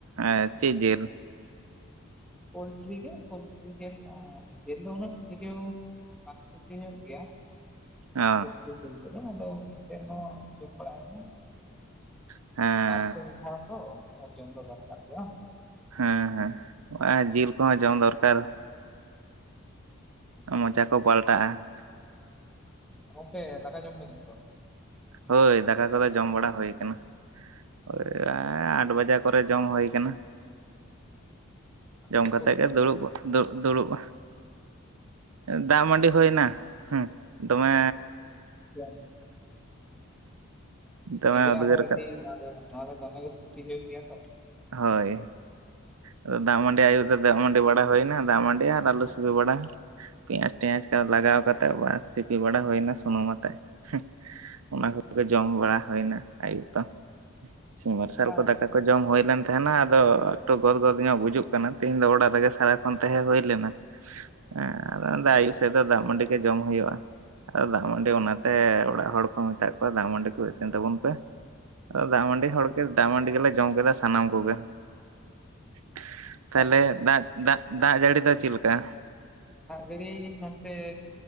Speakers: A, on the right; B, in the centre.
A: ᱟᱨ ᱪᱮᱫ ᱡᱤᱞ?
B: ᱯᱳᱞᱴᱨᱤ ᱜᱮ ᱯᱳᱞᱴᱨᱤ ᱡᱮᱞ ᱟ ᱡᱮᱞ ᱫᱚ ᱩᱱᱟᱹᱜ ᱡᱳᱫᱤᱭᱳ ᱵᱟᱝ ᱠᱩᱥᱤ ᱦᱩᱭᱩᱜ ᱜᱮᱭᱟ
A: ᱚ
B: <inaudible> ᱯᱩᱞᱴᱤᱨᱤ ᱡᱤᱞ ᱠᱚᱫᱚ ᱟᱫᱚ ᱮᱱᱛᱮ ᱨᱮᱦᱚ ᱡᱚᱢ ᱵᱟᱲᱟ ᱦᱩᱭ ᱮᱱᱟ ᱾ <inaudible>
A: ᱦᱮᱸ ᱾
B: <unintelligible> ᱛᱚ ᱡᱚᱢ ᱫᱚ ᱫᱚᱨᱠᱟᱨ ᱜᱮᱭᱟ ᱵᱟᱝ?
A: ᱦᱮᱸ ᱦᱮᱸ ᱟᱨ ᱡᱤᱞ ᱠᱚᱦᱚᱸ ᱡᱚᱢ ᱫᱚᱨᱠᱟᱨ ᱾ <inaudible>
B: ᱟᱫᱚ
A: ᱢᱚᱪᱟ ᱠᱚ ᱯᱟᱞᱴᱟᱜᱼᱟ᱾ <inaudible>
B: ᱜᱚᱢᱠᱮ ᱫᱟᱠᱟ ᱡᱚᱢ ᱦᱩᱭ ᱮᱱᱟ ᱥᱮ ᱵᱟᱝ?
A: ᱦᱳᱭ ᱫᱟᱠᱟ ᱠᱚᱫᱚ ᱡᱚᱢ ᱵᱟᱲᱟ ᱦᱩᱭ ᱟᱠᱟᱱᱟ ᱾ ᱳᱭ ᱟᱴ ᱵᱟᱡᱮ ᱠᱚᱨᱮ ᱡᱚᱢ ᱦᱩᱭ ᱟᱠᱟᱱᱟ᱾
B: ᱟᱨ
A: ᱡᱚᱢ
B: ᱪᱮᱫ
A: ᱠᱟᱛᱮ
B: ᱠᱚ ᱩᱛᱩ
A: ᱜᱮ
B: ᱦᱩᱭ
A: ᱫᱩᱲᱩᱵ
B: ᱞᱮᱱᱟ?
A: ᱫᱩ ᱫᱩᱲᱩᱵ ᱫᱟᱜ ᱢᱟᱹᱰᱤ ᱦᱩᱭ ᱮᱱᱟ ᱦᱮᱸ ᱫᱚᱢᱮᱻ
B: <unintelligible>
A: ᱫᱚᱢᱮ
B: ᱱᱤᱡᱨᱟᱜ
A: ᱩᱫᱽᱜᱟᱹᱨ
B: ᱦᱚᱸ ᱟᱹᱭᱰᱤ
A: ᱠᱟᱱ
B: ᱱᱚᱸᱣᱟ ᱫᱚ ᱱᱚᱣᱟ ᱫᱚ ᱫᱚᱢᱮ ᱜᱮ ᱠᱩᱥᱤ ᱦᱩᱭᱩᱜ ᱜᱮᱭᱟ ᱛᱚ᱾
A: ᱦᱳᱭ ᱾ ᱟᱫᱚ ᱫᱟᱜ ᱢᱟᱹᱰᱤ ᱟᱹᱭᱩᱵ ᱫᱚ ᱫᱟᱜ ᱢᱟᱹᱰᱤ ᱵᱟᱲᱟ ᱦᱩᱭ ᱮᱱᱟ ᱫᱟᱜ ᱢᱟᱹᱰᱤ ᱟᱨ ᱟᱹᱞᱩ ᱥᱤᱯᱤ ᱵᱟᱲᱟ ᱯᱮᱸᱭᱟᱡ ᱴᱮᱭᱟᱡ ᱞᱟᱜᱟᱣ ᱠᱟᱛᱮᱜ ᱵᱟᱥ ᱥᱤᱯᱤ ᱵᱟᱲᱟ ᱦᱩᱭ ᱮᱱᱟ ᱥᱩᱱᱩᱢ ᱟᱛᱮᱜ ᱾ ᱚᱱᱟ ᱠᱚᱜᱮ ᱡᱚᱢ ᱵᱟᱲᱟ ᱦᱩᱭ ᱮᱱᱟ ᱟᱭᱩᱵ ᱫᱚ ᱾ ᱥᱤᱧ ᱢᱟᱨᱥᱟᱞ
B: ᱵᱟᱝ
A: ᱠᱚ ᱫᱟᱠᱟ ᱠᱚ ᱡᱚᱢ ᱦᱩᱭ ᱞᱮᱱ ᱛᱟᱦᱮᱱᱟ ᱟᱫᱚ ᱮᱠᱴᱩ ᱜᱚᱫ ᱜᱚᱫ ᱧᱚᱜ ᱵᱩᱡᱩᱜ ᱠᱟᱱᱟ, ᱛᱤᱦᱤᱧ ᱫᱚ ᱚᱲᱟᱜ ᱨᱮᱜᱮ ᱥᱟᱨᱟ ᱠᱷᱚᱱᱚᱱ ᱛᱟᱦᱮᱸ ᱦᱩᱭ ᱞᱮᱱᱟ ᱾ ᱦᱮᱸ ᱟᱫᱚ ᱟᱹᱭᱩᱵ ᱥᱮᱫ ᱫᱚ ᱫᱟᱜ ᱢᱟᱹᱰᱤ ᱜᱮ ᱡᱚᱢ ᱦᱩᱭᱩᱜᱼᱟ ᱾ ᱟᱫᱚ ᱫᱟᱜ ᱢᱟᱹᱰᱤ ᱚᱱᱟᱛᱮ ᱚᱲᱟᱜ ᱦᱚᱲ ᱠᱚ ᱢᱮᱛᱟᱜ ᱠᱚᱣᱟ ᱫᱟᱜ ᱢᱟᱹᱰᱤ ᱠᱚ ᱤᱥᱤᱱ ᱛᱟᱵᱚᱱ ᱯᱮ ᱾ ᱟᱫᱚ ᱫᱟᱜ ᱢᱟᱱᱰᱤ ᱦᱚᱲ ᱜᱮ ᱫᱟᱜ ᱢᱟᱹᱰᱤ ᱜᱮᱞᱮ ᱡᱚᱢ ᱠᱮᱫᱟ ᱥᱟᱱᱟᱢ ᱠᱚᱜᱮ ᱾ <inaudible> ᱛᱟᱦᱞᱮ
B: ᱵᱟᱝ
A: ᱫᱟᱜ ᱫᱟᱜ ᱫᱟᱜ ᱡᱟᱹᱲᱤ ᱫᱚ ᱪᱮᱫ ᱞᱮᱠᱟ?
B: ᱫᱟᱜ ᱜᱤᱲᱤ ᱱᱚᱱᱛᱮᱻ